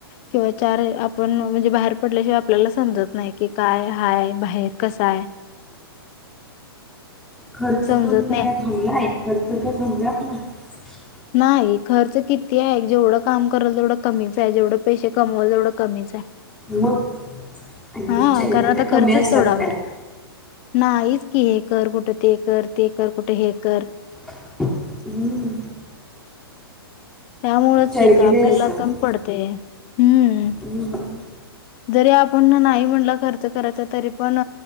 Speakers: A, on the left (about 30°); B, in the centre.
A: किंवा चार आपण म्हणजे बाहेर पडल्याशिवाय आपल्याला समजत नाही कि काय हाय बाहेर कसा आहे.
B: खर्च
A: समजत
B: पण काय
A: नाही.
B: थांबलाय खर्च त थांबला ह <unintelligible>
A: नाही, खर्च किती आहे! जेवढं काम करल तेवढं कमीच आहे, जेवढं पैसे कमवाल तेवढं कमीच आहे.
B: मग आणि
A: हा..
B: चैन्या
A: कारण आता
B: काय कमी
A: खर्चच
B: असतात
A: तेवढा
B: काय
A: वाढला, ना हेच की हे कर कुठे ते कर, ते कर कुठे हे.. घर..
B: <unintelligible>
A: त्यामुळेच
B: चैनी
A: की का आपल्याला
B: लय असतात
A: कमी पडते ह
B: हम्म.
A: जरी आपण नाही. खर्च करायचा तरी पण